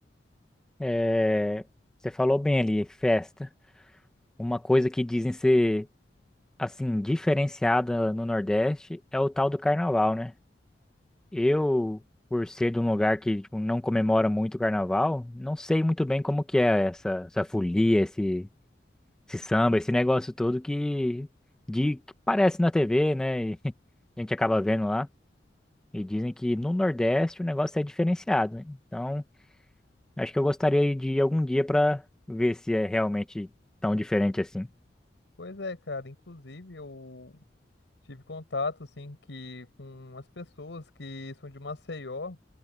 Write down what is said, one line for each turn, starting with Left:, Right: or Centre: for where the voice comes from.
Centre: É, você falou bem ali, festa. Uma coisa que dizem ser assim diferenciada no Nordeste é o tal do carnaval, né? Eu, por ser de um lugar que tipo, não comemora muito o carnaval, não sei muito bem como que é essa, essa folia, esse, esse samba, esse negócio todo que, de, que parece na TV, né? E <laughs> a gente acaba vendo lá. E dizem que no Nordeste o negócio é diferenciado, né? Então, acho que eu gostaria de ir algum dia para ver se é realmente tão diferente assim.
Left: Pois é, cara, inclusive eu tive contato, assim, que com as pessoas que são de Maceió,